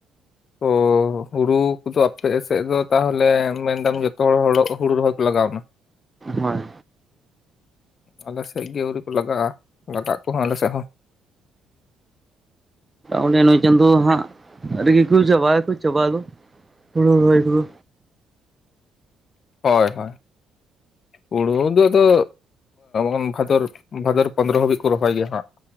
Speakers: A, on the left; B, on the right.
A: ᱛᱚ ᱦᱩᱲᱩ ᱠᱚᱫᱚ ᱟᱯᱮ ᱥᱮᱫ ᱫᱚ ᱛᱟᱦᱚᱞᱮ ᱢᱮᱱᱫᱟᱢ ᱡᱚᱛᱚ ᱦᱚᱲ ᱦᱩᱲᱩ ᱨᱚᱦᱚᱭ ᱠᱚ ᱞᱟᱜᱟᱣ ᱱᱟ
B: ᱦᱳᱭ
A: ᱟᱞᱮᱥᱮᱫ ᱜᱮ ᱟᱹᱣᱨᱤ ᱠᱚ ᱞᱟᱜᱟᱜᱼᱟ ᱞᱟᱜᱟᱜ ᱠᱚᱦᱚᱸ ᱟᱞᱮᱥᱮᱫ ᱦᱚᱸ
B: ᱚᱸᱰᱮ ᱱᱩᱭ ᱪᱟᱸᱫᱳ ᱦᱟᱸᱜ ᱟᱹᱰᱤᱜᱮᱠᱚ ᱪᱟᱵᱟᱭᱟᱠᱚ ᱪᱟᱵᱟᱟᱭ ᱫᱚ ᱦᱩᱲᱩ ᱨᱚᱦᱚᱭ ᱠᱚᱫᱚ
A: ᱦᱳᱭ ᱦᱳᱭ ᱦᱩᱲᱩ ᱫᱚ ᱟᱫᱚ ᱚᱱ ᱵᱷᱟᱫᱚᱨ ᱵᱷᱟᱫᱚᱨ ᱯᱚᱫᱨᱚ ᱦᱟᱹᱵᱤᱡ ᱠᱚ ᱨᱚᱦᱚᱭ ᱜᱮᱭᱟ ᱦᱟᱸᱜ